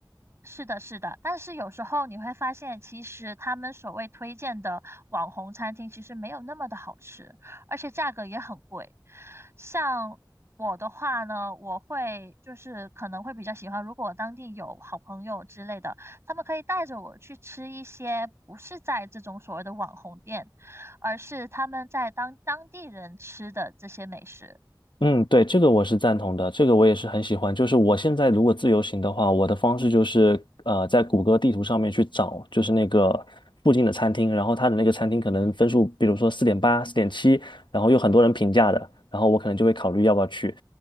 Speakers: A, on the right; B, on the left.
A: 是的，是的，但是有时候你会发现，其实他们所谓推荐的网红餐厅，其实没有那么的好吃，而且价格也很贵。像我的话呢，我会就是可能会比较喜欢，如果当地有好朋友之类的，他们可以带着我去吃一些不是在这种所谓的网红店，而是他们在当当地人吃的这些美食。
B: 嗯，对，这个我是赞同的，这个我也是很喜欢。就是我现在如果自由行的话，我的方式就是呃，在谷歌地图上面去找，就是那个附近的餐厅，然后它的那个餐厅可能分数，比如说四点八、四点七，然后有很多人评价的，然后我可能就会考虑要不要去。